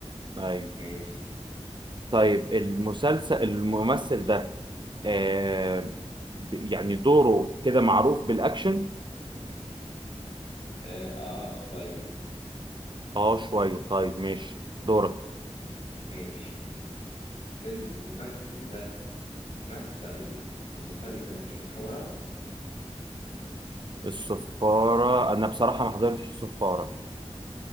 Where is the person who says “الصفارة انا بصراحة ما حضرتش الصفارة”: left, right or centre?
Right